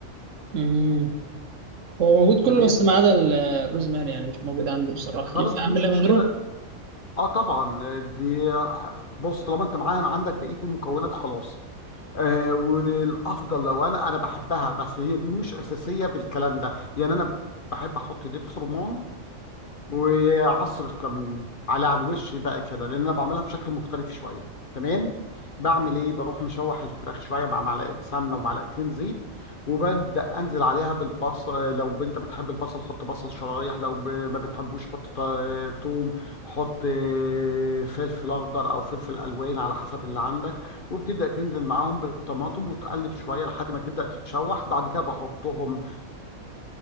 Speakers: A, on the right; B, on the left.
A: امم هو موجود كله
B: تمام
A: بس ما عدا ال- الروزماري يعني مش موجود عندي بصراحة
B: خلاص
A: ينفع اعملها
B: مش مشكلة
A: من غيره
B: اه طبعا آه، دي آه، بص طالما انت معايا عندك بقية المكونات خلاص آه والافضل لو انا انا بحبها بس هي دي مش اساسيه بالكلام ده يعني انا بحب احط دبس رمان وعصرة ليمون على على الوش بقى كده لان انا بعملها بشكل مختلف شوية تمام بعمل ايه بروح مشوح الفراخ شوية مع معلقة سمنة ومعلقتين زيت وببدأ انزل عليها بالبصل لو انت بتحب البصل حط بصل شرايح لو ب... ما بتحبوش حط ط- توم حط آه، فلفل اخضر او فلفل الوان على حسب اللي عندك وبتبدأ تنزل معاهم بالطماطم وتقلب شوية لحد ما تبدأ تتشوح بعد كده بحطهم